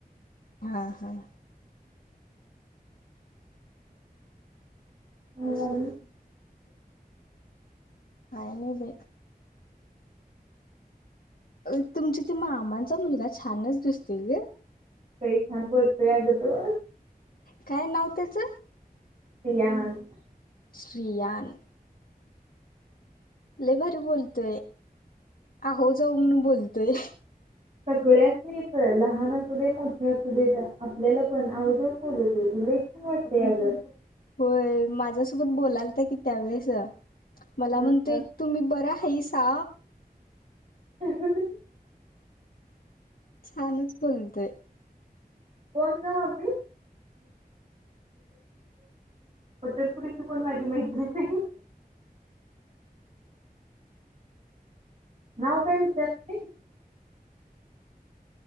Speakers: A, on the left (about 70°); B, on the right (about 45°).
A: आ हां <unintelligible>
B: मग आम्ही
A: काय नही बई अ तुमची ते मामांचा मुलगा छानच दिसतोय ग.
B: ताई छान पळतोय अग तो.
A: काय नाव त्याचं?
B: रियान
A: श्रीयान लय भारी बोलतोय. आहो जाहो म्हणून बोलतोय.
B: सगळ्यासनीस लहान असू दे मोठे असू दे आपल्याला पण आवजाऊ बोलवतो तो.
A: <inaudible>
B: लई छान वाटतंय अगं.
A: होय माझ्यासोबत बोलालता की त्यावेेळेस. मला
B: हा,
A: म्हणतोय
B: हा.
A: तुम्ही बर आहे सा.
B: <inaudible>
A: छानच बोलतय.
B: कोण ग मम्मी पटणपुडीची माझी मैत्रीच आहे.
A: <inaudible>
B: नाव काय विचारते.